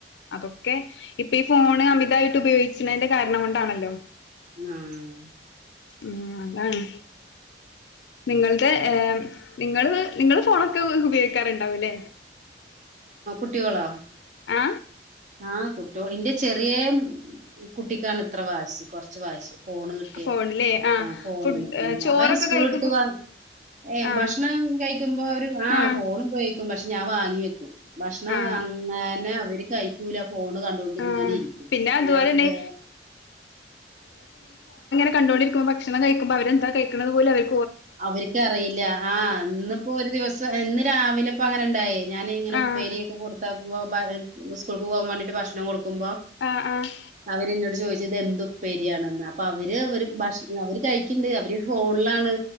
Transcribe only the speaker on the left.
അതൊക്കെ ഇപ്പഈ ഫോ അമിതായിട്ട് ഉപയോഗിച്ചതിന്റെ കാരണം കൊണ്ടാണല്ലോ
ഉം അതാണ് നിങ്ങളുടെ നിങ്ങ നിങ്ങൾ ഫോണൊക്കെ ഉപയോഗിക്കാറുണ്ടാവുംല്ലേ
ഏ
ഫോണിലേ ആഹ്
ഫുഡ്
ചോറൊക്കെ
കഴിക്കുമ്പോ
ആഹ്
ആഹ്
ആഹ്
ആഹ്
പിന്നെ
അതുപോലെന്നെ
കണ്ടുകണ്ടിരിക്കുമോ ഭക്ഷണം കഴിക്കുമ്പൾ അവരെന്താ കഴണുന്നത് പോലെ അവർ
ആഹ്
ആഹ് ആഹ്